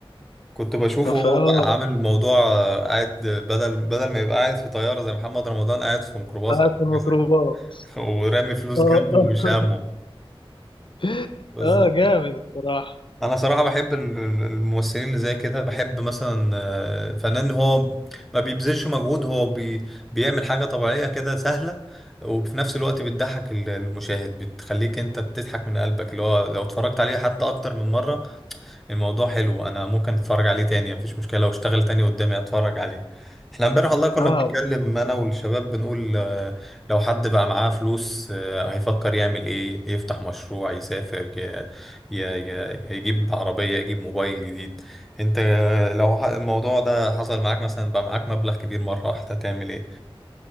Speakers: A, in the centre; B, on the left.
A: كنت بشوفه
B: اه فاه
A: هو بقى عامل موضوع آه، قاعد بدل بدل ما يبقى قاعد في طياره زي محمد رمضان قاعد في ميكروباص
B: قاعد
A: او حاجه
B: في الميكروباص
A: زي كده <laughs> ورامي فلوس
B: اه
A: جنبه
B: اه
A: ومش همه
B: <laughs>
A: بالظبط
B: اه جامد الصراحة
A: انا صراحه بحب ال- ال- الممثلين اللي زي كده بحب مثلا آه، فنان هو ما بيبذلش مجهود هو بي بيعمل حاجه طبيعيه كده سهله وفي نفس الوقت بتضحك ال- المشاهد بتخليك انت بتضحك من قلبك اللي هو لو اتفرجت عليه حتى اكتر من مره الموضوع حلو انا ممكن اتفرج عليه تاني مفيش مشكله لو اشتغل تاني قدامي اتفرج عليه احنا امبارح والله كنا
B: اه
A: بنتكلم انا والشباب بنقول آه، لو حد بقى معاه فلوس آه، هيفكر يعمل ايه يفتح مشروع يسافر ي- ي- ي- يجيب عربيه يجيب موبايل جديد انت آه، لو ح- الموضوع ده حصل معاك مثلا بقى معاك مبلغ كبير مره واحده تعمل ايه